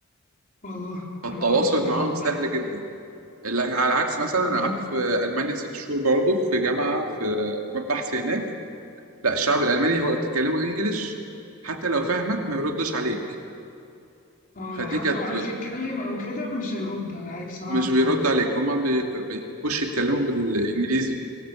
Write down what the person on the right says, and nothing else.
فالتواصل
معاهم سهل
جدا ال- على عكس مثلا أنا
قعدت في ألمانيا ست شهور برضه في جامعة في بحث هناك لا الشعب الألماني هو تكلمه إنجليش حتى لو فاهمك ما يردش عليك
فدي
كانت
مش بيرد
عليك هما بي- بيحبوش يتكلموا بالإنجليزي